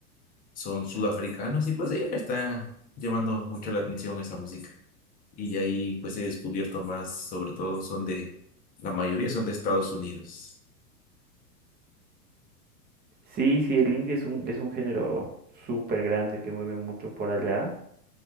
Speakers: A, on the left; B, on the right.
A: Son sudafricanos y pues sí, me está llamando mucho la atención esa música. y de ahí pues he descubierto más, sobre todo son de, la mayoría son de Estados Unidos.
B: Sí, sí, el indie es un, es un género súper grande que mueve mucho por allá,